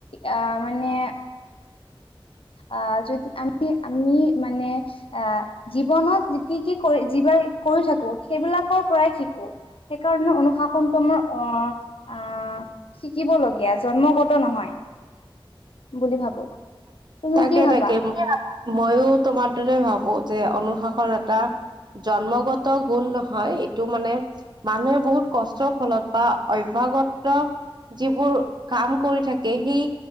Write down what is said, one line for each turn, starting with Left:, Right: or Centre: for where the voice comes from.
Left: আ মানে, অ যদি আমি আমি মানে, আহ জীৱনত কি কি কৰি যিবোৰ কৰি থাকো সেইবিলাকৰ পৰাই শিকো। সেইকাৰণে অনুশাসনটো আমাৰ অহ, আহ শিকিবলগীয়া জন্মগত নহয়, বুলি ভাবো। তুমি
Right: তাকে
Left: কি ভাবা
Right: তাকে ময়ো তোমাৰ দৰে ভাবো যে, অনুশাসন এটা, জন্মগত গুণ নহয়, এইটো মানে মানুহে বহুত কষ্টৰ ফলত বা অভ্যাগত যিবোৰ কাম কৰি থাকে সেই